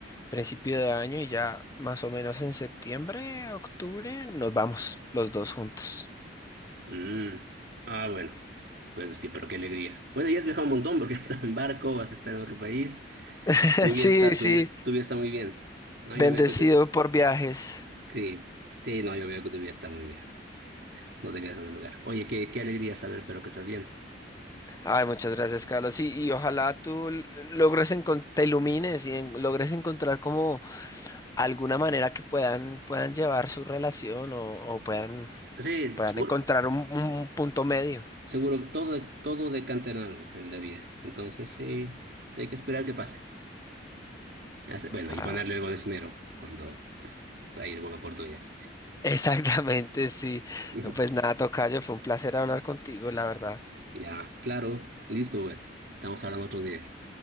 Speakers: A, on the left; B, on the right.
A: principio de año y ya más o menos en septiembre, octubre, nos vamos los dos juntos.
B: Mm, ah, bueno, bueno, es que, pero qué alegría. Bueno, ya has viajado un montón porque <laughs> vas a estar en barco, vas a estar en otro país.
A: <laughs>
B: Tu vida
A: Sí,
B: está,
A: sí,
B: tu vida, tu vida está muy bien. No,
A: bendecido
B: yo veo que tu-
A: por viajes.
B: sí, sí, no, yo veo que tu vida está muy bien. No te quedas en el lugar. Oye, qué, qué alegría saber, pero que estás bien.
A: Ay, muchas gracias, Carlos. Y, y ojalá tú l- logres encon- te ilumines y en- logres encontrar como alguna manera que puedan, puedan llevar su relación o, o puedan,
B: Sí,
A: puedan
B: seguro,
A: encontrar un, un punto medio.
B: seguro todo, todo decanta en algo en la vida. Entonces, sí, hay que esperar que pase. Así- Bueno,
A: Ah,
B: y ponerle algo de esmero cuando hay alguna oportunidad.
A: <laughs> exactamente, sí.
B: <laughs> Ujú.
A: No, pues nada, tocayo, fue un placer hablar contigo, la verdad.
B: Ya, claro, listo, güey. Estamos hablando otros días.